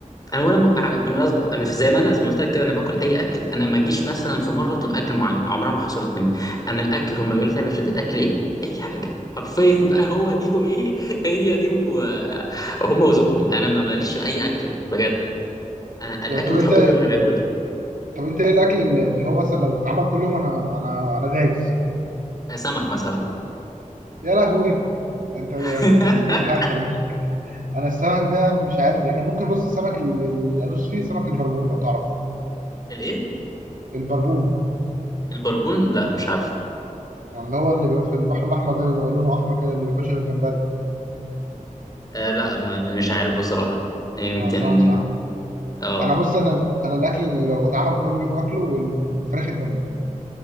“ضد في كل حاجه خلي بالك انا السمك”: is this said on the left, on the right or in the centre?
Right